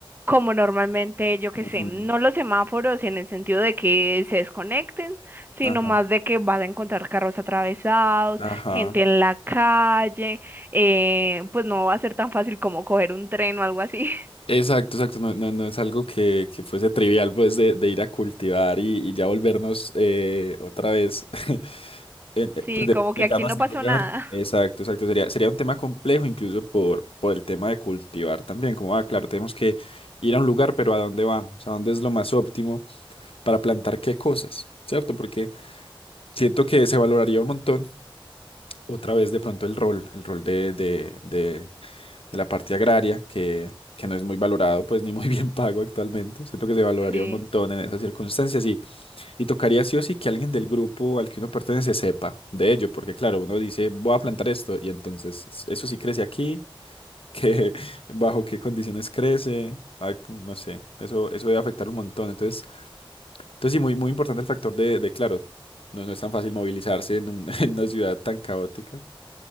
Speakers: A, on the right; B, on the left.
A: como normalmente, yo qué
B: ujú,
A: sé, no los semáforos en el sentido de que se desconecten sino
B: Ajá,
A: más de que vas a encontrar carros atravesados,
B: ajá.
A: gente en la calle, eh, pues no va a ser tan fácil como coger un tren o algo así. <laughs>
B: Exacto, exacto, no, no, no es algo que, que fuese trivial, pues, de, de ir a cultivar y, y ya volvernos eh, otra vez. <laughs> en- eh,
A: Sí,
B: pues, de,
A: como que
B: de cada
A: aquí
B: nación
A: no pasó
B: al lugar.
A: nada. <laughs>
B: Exacto, exacto. Sería, sería un tema complejo incluso por, por el tema de cultivar también. Como, ah, claro, tenemos que ir a un lugar, pero ¿a dónde vamos? ¿A dónde es lo más óptimo para plantar qué cosas? ¿Cierto? Porque siento que se valoraría un montón otra vez de pronto el rol, el rol de, de, de- de la parte agraria, que, que no es muy valorado, pues ni muy <laughs> bien pago actualmente. Siento que se valoraría
A: Sí.
B: un montón en esas circunstancias y tocaría sí o sí que alguien del grupo al que uno pertenece sepa de ello, porque claro, uno dice, voy a plantar esto, y entonces s- eso sí crece aquí, que <laughs> bajo qué condiciones crece, ah, no sé, eso, eso debe afectar un montón. Entonces, entonces sí, muy, muy importante el factor de, de claro, no, no es tan fácil movilizarse en, un- <laughs> en una ciudad tan caótica,